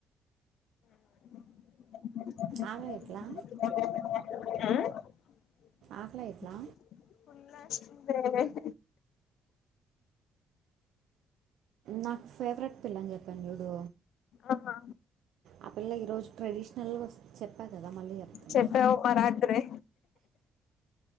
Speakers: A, on the left (about 75°); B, on the right (about 75°).
A: ఆ
B: ఆకలి ఎట్లా
A: ఆ
B: ఆకలి
A: ఫ
B: ఎట్లా నాకు ఫేవరెట్ పిల్ల అని చెప్పండి ూడుో
A: ఆహా
B: ఆ పిల్ల ఈరోజు ట్రెడిషనల్గా వ చెప్పా కదా మళ్ళీ చెప్తున్నా
A: చెప్పావు మా రాత్రి